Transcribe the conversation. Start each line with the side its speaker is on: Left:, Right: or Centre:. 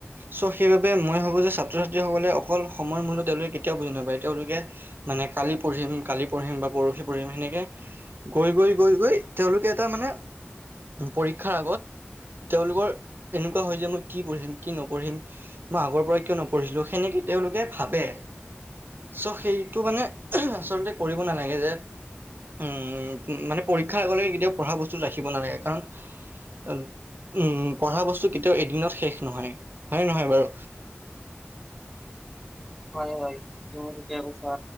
Right: চ' সেইবাবে মই ভাবোঁ যে ছাত্ৰ ছাত্ৰীসকলে অকল সময়ৰ মূল্য তেওঁলোকে কেতিয়াও বুজি নাপায়। তেওঁলোকে মানে কালি পঢ়িম, কালি পঢ়িম বা পৰষি পঢ়িম শেনেকে গৈ গৈ গৈ গৈ তেওঁলোকে এটা মানে পৰীক্ষাৰ আগত তেওঁলোকৰ এনেকুৱা হয় যে, মই কি পঢ়িম কি নপঢ়িম। মই আগৰ পৰা কিয় নপঢ়িছিলো? সেনেকে তেওঁলোকে ভাবে। চ' সেইটো মানে আচলতে কৰিব নালাগে যে উম, মানে পৰীক্ষাৰ আগলৈ কেতিয়াও পঢ়া বস্তু ৰাখিব নালাগে। কাৰণ উম, পঢ়া বস্তু কেতিয়াও এদিনত শেষ নহয়। হয় নে নহয় বাৰু?
Centre: হয়, হয়। তুমি ঠিকেই কৈছা